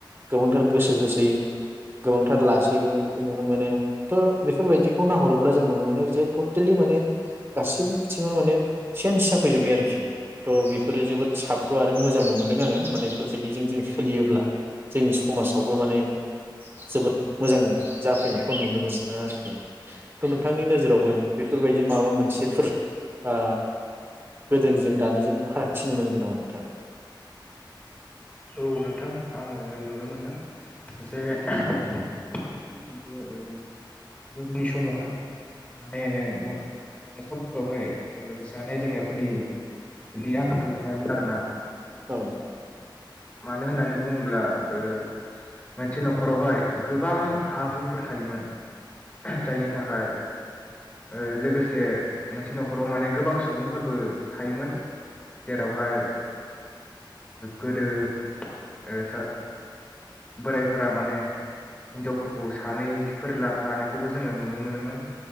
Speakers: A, on the right; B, on the left.
A: गोबांथार गोसो होसै गोबांथार लासैबो बेखौ नुनो मोनो थ' बेफोर बायदिखौ नाहरोब्ला जों नुनो मोनो जे टटेलि माने गासिबो बि थिङावनो माने सेन्ज जाफैजोब्बाय आरोखि थ' बेफोरो जोबोद साबग' आरो मोजांबो मोन दों आङो माने बेफोर बायदिजों जों सोलियोब्ला जोंनि समाजावबो माने जोबोद मोजां जाफैनायखौ आं नुनो मोनदों आरोखि। थ' नोंथांनि नोजोरावबो बेफोर बायदि माबा मोनसेफोर ओ गोदोनिजों दानिजों फारागथि नुनो मोनदों नामा नोंथाङा‌?
B: औ नोंथां आङो नुनो मोनदों जे जे ओ गोदोनि समावहाय माने न'खरफोरावहाय जानाय लोंनायफोरनि बिदि आंखाल थायामोन आरोना।
A: औ
B: मानो होननानै बुङोब्ला ओ मोनसे न'खरावहाय गोबां हा हुफोर थायोमोन जायनि थाखाय ओ लोगोसे मोनसे न'खराव माने गोबां सुबुंफोरबो थायोमोन जेरावहाय गोदो ओ बोरायफोरा माने हिनजावफोरखौ सानैफोर लानायखौबो जोङो नुनो मोनोमोन।